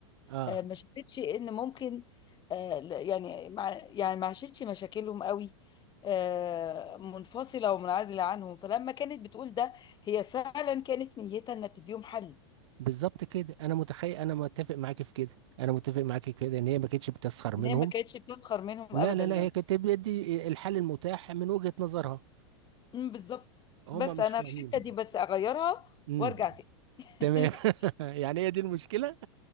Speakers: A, on the right; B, on the left.
A: اه
B: آه، ما شافتش ان ممكن آه، لا- يعني مع يعني ما عاشتش مشاكلهم قوي آه، منفصله ومنعزله عنهم فلما كانت بتقول ده هي فعلا كانت نيتها انها بتديهم حل
A: بالظبط كده انا متخيل انا متفق معاكي في كده انا متفق معاكي في كده ان هي ما كانتش بتسخر منهم
B: ان هي ما كانتش بتسخر منهم
A: لا
B: ابدا
A: لا
B: يعني
A: لا هي كانت بتدي الحل المتاح من وجهة نظرها
B: أمم، بالظبط
A: هم
B: بس
A: مش
B: انا
A: فاهمين
B: الحته دي بس اغيرها
A: امم
B: وارجع تاني <laughs>
A: تمام <laughs> يعني هي دي المشكلة